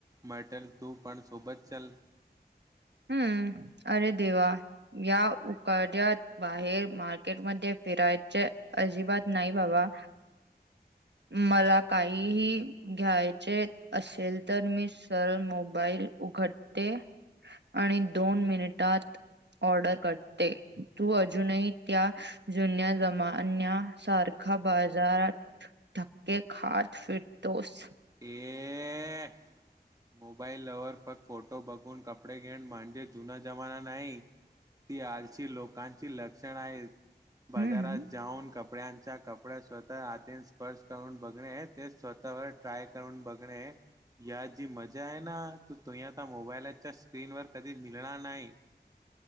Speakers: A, on the right; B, on the right.
A: मटल तू पण सोबत चल.
B: हम्म अरे देवा या उकाड्या बाहेर मार्केटमध्येध्ये फिरायचे अजिबात नाही बाबा. मला काहीही घ्यायचे असेल तर मी सर मोबाईल उघडते. आणि दोन मिनिटात ऑर्डर करते तू अजूनही त्या जुन्या जमान्यासारख बाजारात धके खात फिरतोस.
A: ए मोबाईल वर फक् फोटो बघून कपडे घेन म्हणजे जुना जमाना नाही. ती आलशी लोकांची लक्षण आहे बाजारात
B: हम्म
A: जाऊन कपड्यांच्या कपड्या स्वतः हातीन स्पर्श करून बघणे ते स्वतःवर ट्राय करून बघणे. या जी मजा आहे ना तू तुम्ही आता मोबाईलाच्या स्क्रीनवरर कधीच मिळणार नाही.